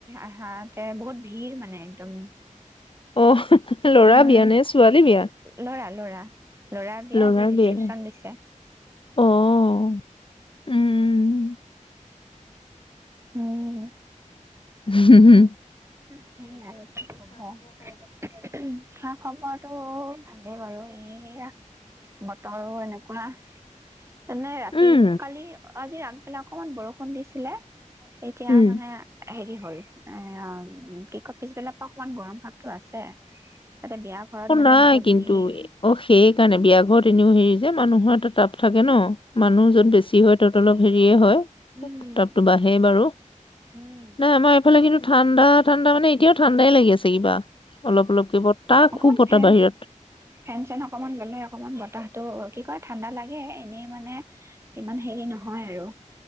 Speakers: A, on the right; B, on the left.
A: আহাত এ বহুত ভিৰ মানে একদম।
B: অ ল'ৰা
A: উম,
B: বিয়া নে ছোৱালী বিয়া?
A: ল'ৰা ল'ৰা বিয়া
B: লৰাৰ
A: আজি ৰিচিপচন
B: বিয়া,
A: দিছে।
B: অহ উম।
A: উম
B: হম হম
A: সেই আৰু কি কব। শিক্ষা খবৰটো ভালেই বাৰু এইয়া বতৰো এনেকুৱা। তেনে ৰাতি
B: উম,
A: কালি আজি এইফালে অকণমান বৰষুণ দিছিলে। এতিয়া
B: উম।
A: মানে হেৰি <unintelligible> <unintelligible> পিছবেলা পৰা অকমান গৰম ভাৱতো আছে। তাতে বিয়া ঘৰত
B: অ',
A: মানে
B: নাই
A: বহুত
B: কিন্তু,
A: ভিৰ।
B: অ', সেই কাৰণে বিয়া ঘৰত এনেও হেৰি মানুহৰ এটা তাপ থাকে ন। মানুহ য'ত বেছি হয় তত অলপ হেৰিয়ে হয়,
A: উম,
B: উ তাপটো বাঢ়েই বাৰু,
A: উম,
B: নাই আমাৰ এইফালে কিন্তু ঠাণ্ডা ঠাণ্ডা মানে এতিযাওঁ ঠাণ্ডাই লাগি আছে কিবা। অলপ অলপকে বতাহ
A: অকন
B: খুব বতাহ
A: ফেন,
B: বাহিৰত।
A: ফেন চেন অকমান ললে অকনমান বতাহ অ', কি কয় ঠাণ্ডা লাগে, এনেই মানে ইমান হেৰি নহয় আৰু।